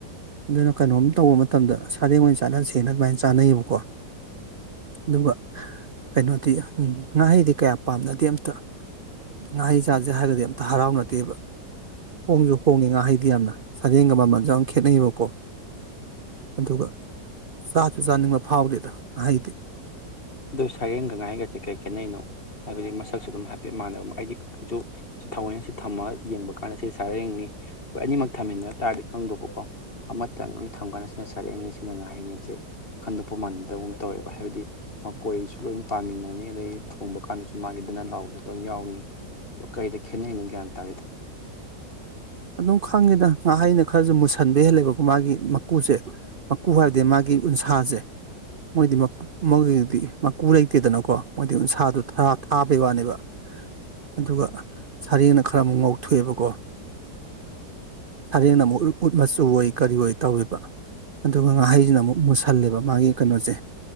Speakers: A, on the right; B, on the left.
A: ꯑꯗꯨꯅ ꯀꯩꯅꯣꯝ ꯇꯧꯕ ꯃꯇꯝꯗ ꯁꯥꯔꯦꯡ ꯑꯣꯏꯅ ꯆꯥꯅꯁꯦꯅ ꯑꯗꯨꯃꯥꯏꯅ ꯆꯥꯅꯩꯌꯦꯕꯀꯣ ꯑꯗꯨꯒ ꯀꯩꯅꯣꯗꯤ ꯉꯥꯍꯩꯗꯤ ꯀꯌꯥ ꯄꯥꯝꯅꯗꯦ ꯑꯝꯇ ꯉꯍꯩ ꯆꯥꯁꯦ ꯍꯥꯏꯔꯗꯤ ꯑꯝꯇ ꯍꯔꯥꯎꯅꯗꯦꯕ ꯍꯣꯡꯁꯨ ꯍꯣꯡꯉꯦ ꯉꯥꯍꯩꯗꯤ ꯌꯥꯝꯅ ꯁꯥꯔꯦꯡꯒ ꯃꯃꯜꯁꯨ ꯌꯥꯝ ꯈꯦꯠꯅꯩꯌꯦꯕꯀꯣ ꯑꯗꯨꯒ ꯆꯥꯁꯨ ꯆꯥꯅꯤꯡꯕ ꯐꯥꯎꯗꯦꯗ ꯉꯍꯩꯗꯤ
B: ꯑꯗꯨ ꯁꯩꯔꯦꯡꯒ ꯉꯍꯩꯒꯁꯦ ꯀꯩ ꯈꯦꯠꯅꯩꯩꯅꯣ ꯍꯥꯏꯕꯗꯤ ꯃꯁꯛꯁꯨ ꯑꯗꯨꯝ ꯍꯥꯏꯐꯦꯠ ꯃꯥꯟꯅꯕ ꯑꯩꯗꯤ ꯀꯩꯁꯨ ꯁꯤ ꯊꯥꯑꯣꯏꯅ ꯁꯤ ꯊꯝꯃ ꯌꯦꯡꯕ ꯀꯥꯟꯗ ꯁꯤ ꯁꯔꯦꯡꯅꯤ ꯍꯣꯏ ꯑꯅꯤꯃꯛ ꯊꯝꯃꯤꯟꯅ ꯇꯥꯔꯗꯤ ꯈꯪꯗꯧꯕꯀꯣ ꯑꯃꯇꯪ ꯊꯝꯀꯥꯟꯗ ꯁꯤꯅ ꯁꯔꯦꯡꯅꯤ ꯁꯤꯅ ꯉꯥꯍꯩꯅꯦꯁꯦ ꯈꯟꯗꯣꯛꯄ ꯃꯥꯟꯕꯗꯒꯨꯝ ꯇꯧꯋꯦꯕ ꯍꯥꯏꯕꯗꯤ ꯃꯈꯣꯏꯁꯨ ꯂꯣꯏ ꯄꯥꯃꯤꯟꯅꯅꯤ ꯑꯗꯩ ꯊꯣꯡꯕ ꯀꯥꯟꯗꯁꯨ ꯃꯥꯒꯤ ꯅꯟ ꯂꯥꯎꯕꯁꯨ ꯂꯣꯏ ꯌꯥꯎꯅꯤ ꯀꯩꯗ ꯈꯦꯠꯅꯩꯅꯣ ꯒ꯭ꯌꯥꯟ ꯇꯥꯗꯦꯗ
A: ꯑꯗꯨꯝ ꯈꯪꯉꯦꯗ ꯉꯥꯏꯍꯩꯅ ꯈꯔꯁꯨ ꯃꯨꯁꯟꯕ ꯍꯦꯜꯂꯦꯕꯀꯣ ꯃꯥꯒꯤ ꯃꯀꯨꯁꯦ ꯃꯀꯨ ꯍꯥꯏꯔꯗꯤ ꯃꯥꯒꯤ ꯎꯟꯁꯥꯁꯦ ꯃꯣꯏꯗꯤ ꯃꯀꯨ ꯃꯣꯏꯒꯤꯗꯤ ꯃꯀꯨ ꯂꯩꯇꯦꯗꯅꯀꯣ ꯃꯣꯏꯗꯤ ꯎꯟꯁꯥꯗꯣ ꯊꯥꯕꯩ ꯋꯥꯅꯦꯕ ꯑꯗꯨꯒ ꯁꯥꯔꯦꯡꯅ ꯈꯔ ꯑꯃꯨꯛ ꯉꯧꯊꯣꯛꯑꯦꯕꯀꯣ ꯁꯔꯦꯡꯅ ꯑꯃꯨꯛ ꯎꯠ ꯃꯆꯨ ꯑꯣꯏ ꯀꯔꯤ ꯑꯣꯏ ꯇꯧꯋꯦꯕ ꯑꯗꯨꯒ ꯉꯥꯍꯩꯁꯤꯅ ꯑꯃꯨꯛ ꯃꯨꯁꯜꯂꯦꯕ ꯃꯥꯒꯤ ꯀꯩꯅꯣꯁꯦ